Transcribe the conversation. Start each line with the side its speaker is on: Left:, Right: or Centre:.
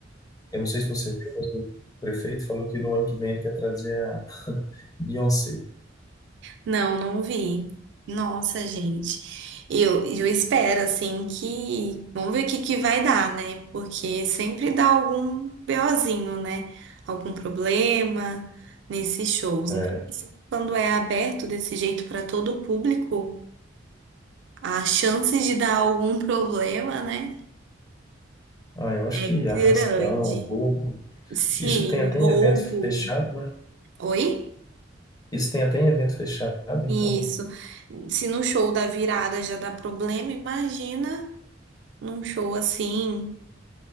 Left: eu não sei se você viu, mas o prefeito falou que no ano que vem ele quer trazer a Beyoncé.
Right: Não, não vi. Nossa, gente. Eu, eu espero, assim, que. Vamos ver o que que vai dar, né? Porque sempre dá algum BOzinho, né? Algum problema nesses shows.
Left: É.
Right: Então, assim, Quando é aberto desse jeito para todo o público, a chance de dar algum problema, né?
Left: Ah, eu acho
Right: É
Left: que
Right: grande.
Left: arrastão, roubo.
Right: Sim,
Left: Isso tem até
Right: roubo.
Left: em evento fechado, né?
Right: Oi?
Left: Isso tem até em evento fechado, então,
Right: Isso. Se no show da virada já dá problema, imagina. num show assim,